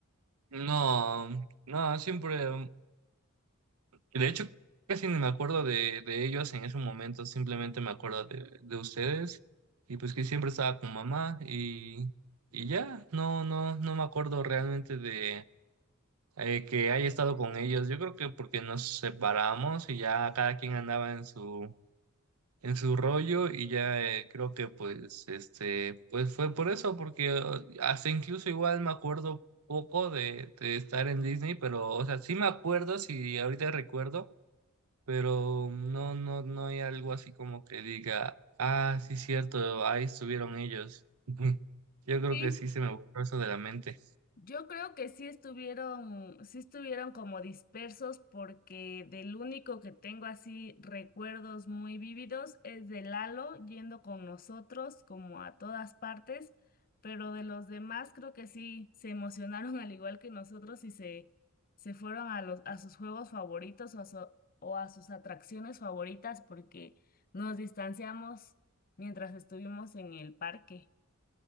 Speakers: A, on the right; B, on the left.
A: No, no, siempre. De hecho, casi ni me acuerdo de, de ellos en ese momento, simplemente me acuerdo de, de ustedes y pues que siempre estaba con mamá y, y ya, no, no, no me acuerdo realmente de eh, que haya estado con ellos. Yo creo que porque nos separamos y ya cada quien andaba en su, en su rollo y ya eh, creo que pues, este, pues fue por eso, porque eh, hasta incluso igual me acuerdo poco de, de estar en Disney, pero o sea, sí me acuerdo, si ahorita recuerdo pero no, no, no hay algo así como que diga, ah, sí, cierto, ahí estuvieron ellos. <laughs> Yo creo
B: Sí,
A: que sí se me borró eso de la mente.
B: Yo creo que sí estuvieron, sí estuvieron como dispersos porque del único que tengo así recuerdos muy vívidos es de Lalo yendo con nosotros como a todas partes, pero de los demás creo que sí se emocionaron <laughs> al igual que nosotros y se, se fueron a los, a sus juegos favoritos o a, su- o a sus atracciones favoritas porque nos distanciamos mientras estuvimos en el parque.